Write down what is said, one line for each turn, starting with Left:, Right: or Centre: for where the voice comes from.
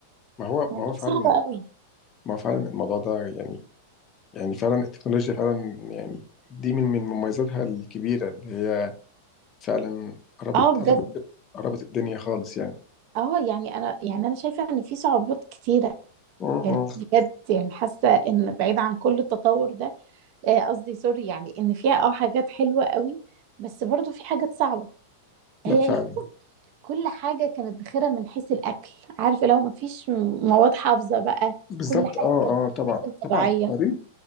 Left: ما هو
Right: موضوع
Left: ما هو فعلا
Right: صعب قوي
Left: ما هو فعلا الموضوع ده يعني يعني فعلا التكنولوجيا فعلا يعني دي من من مميزاتها الكبيره اللي هي فعلا قربت
Right: اه بجد
Left: قربت قربت الدنيا خالص يعني
Right: اه يعني انا يعني انا شايفة ان في صعوبات كتيرة
Left: م- م.
Right: يعني بجد يعني حاسة ان بعيد عن كل التطور ده آه، قصدي سوري يعني ان فيها اه حاجات حلوه قوي بس برضو في حاجات صعبه
Left: لا
Right: هي
Left: فعلا
Right: يمكن كل حاجه كانت بخيرة من حيث الاكل عارفه لو ما فيش مواد حافظه بقى
Left: بالظبط
Right: كل حاجه
Left: اه
Right: كانت
Left: اه طبعا
Right: بتتاكل طبيعيه
Left: طبعا بعدين